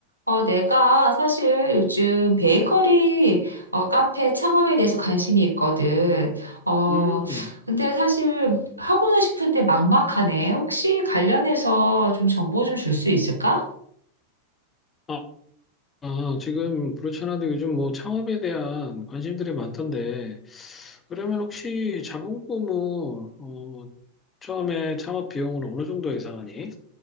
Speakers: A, on the right (about 85°); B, on the left (about 20°).
A: 어, 내가 사실 요즘 베이커리 어, 카페 창업에 대해서 관심이 있거든. 어,
B: 음,
A: 근데 사실 하고는 싶은데 막막하네. 혹시 관련해서 좀 정보 좀 줄 수 있을까?
B: 아, 아, 지금 그렇잖아도 요즘 뭐 창업에 대한 관심들이 많던데, 그러면 혹시 자본금은, 어, 처음에 창업 비용을 어느 정도 예상하니?